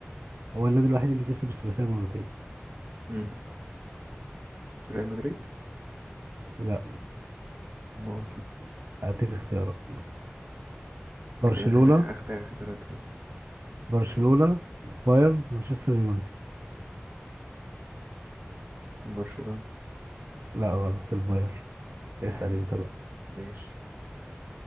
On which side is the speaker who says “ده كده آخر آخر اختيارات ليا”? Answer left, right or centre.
Right